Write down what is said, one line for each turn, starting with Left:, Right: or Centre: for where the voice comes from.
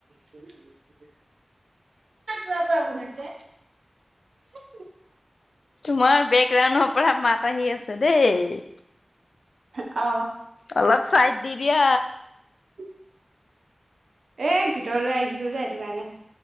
Right: কিাৰ পৰা শুন আছে <unintelligible>
Left: তোমাৰ বেকগ্ৰাউডৰ পৰা মাত আহি আছে দেই।
Right: অ
Left: অলপ চাইড দি দিয়া।
Right: <inaudible> এ ভিতৰলৈ আহিছিলো যে এইটো কাৰণে